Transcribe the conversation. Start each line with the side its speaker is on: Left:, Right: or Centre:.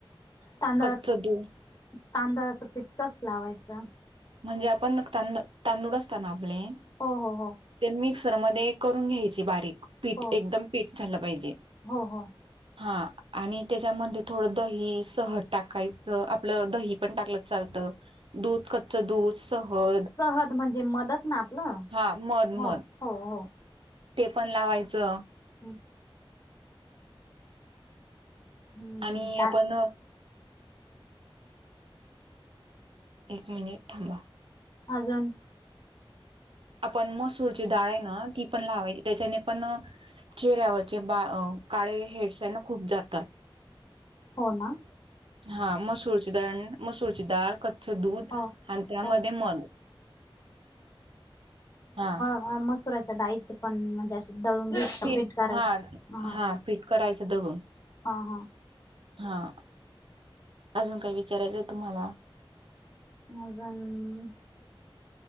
Left: तांदळाचं
Right: कच्च दूध
Left: तांदळाचं पीठ कसं लावायचं
Right: म्हणजे आपणं तांदूळ तांदूळ असतां नां आपले
Left: हो हो हो
Right: ते मिक्सरमध्यें करूंन घ्यांयची बारीक पीठ
Left: हो
Right: एकदंम पीठ झालं पाहिजे
Left: हो हो
Right: हां आणि त्यांच्यामध्ये थोडं दही सहज टाकायचं आपलं दही दही पणं टांकल चालतं दूधं कच्च दूधं सहद
Left: सहद म्हणजे मंदच नां आपलं
Right: हा मध
Left: हो
Right: मध
Left: हो हो.
Right: ते पण लावायचं.
Left: हम् हम्म
Right: आणि
Left: का
Right: आपण एक मिनिट थांबा
Left: अजून
Right: आपण मसूरची डाळ आहे ना ती पण लावायची त्याच्याने पण चेहऱ्यावर जे बा काळे हेड्स आहे ना खूप जातात.
Left: हो ना.
Right: हा मसूरची दाळ मसूरची डाळ क च दूध
Left: हो
Right: आणि त्यामध्ये
Left: हो
Right: मध हा
Left: होय मसुराच्या डाळीचं पण म्हणजे अस दळून
Right: पीठ
Left: पिट क
Right: हा
Left: ह
Right: हा पीठ करायचं दळून
Left: हा हा
Right: हा अजून काय विचारायचं तुम्हाला
Left: अजून